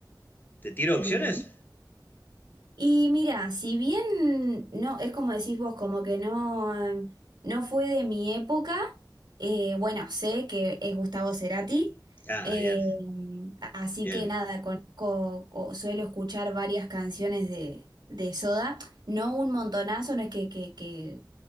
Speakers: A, on the left; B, on the right.
A: ¿Te tiro
B: bien.
A: opciones?
B: Y mira, si bien no, es como decís vos, como que no, no fue de mi época, eh, bueno, sé que es Gustavo Cerati,
A: Ah,
B: eh,
A: bien,
B: así
A: bien.
B: que nada, conozco o suelo escuchar varias canciones de, de Soda, no un montonazo, no es que, que, que,